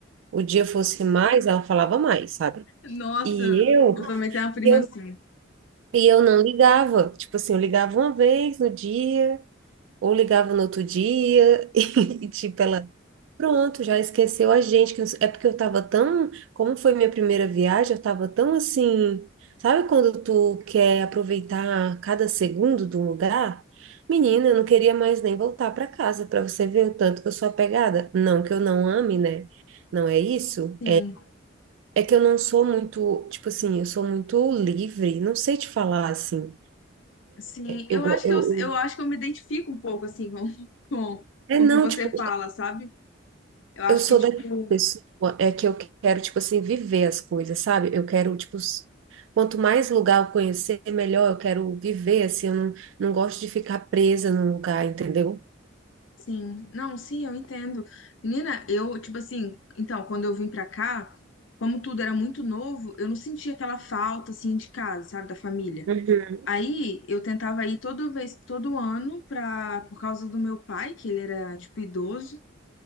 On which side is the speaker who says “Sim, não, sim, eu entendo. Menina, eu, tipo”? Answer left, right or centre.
Left